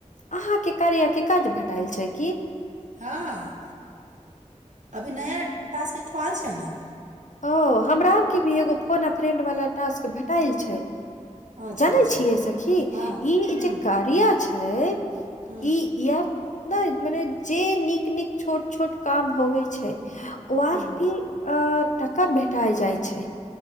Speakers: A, on the left; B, on the right.
A: अहाँके कार्या के काज भेटैल छै की?
B: हँ, अभी नया टास्क एकठो आएल छै नऽ।
A: ओ हमरा आर के भी एगो फोन आ फ्रेंड वाला टास्क भेटाइल छै।
B: अच्छा
A: जानै
B: अच्छा
A: छियै सखी!
B: हँ
A: ई ई
B: हुँ
A: जे कार्या छै,
B: हुँ
A: ई यार नै मने, जे नीक- नीक छोट -छोट काम होवै छै। ओ आर
B: हुँ
A: भी अ टका भेटा जाय छै।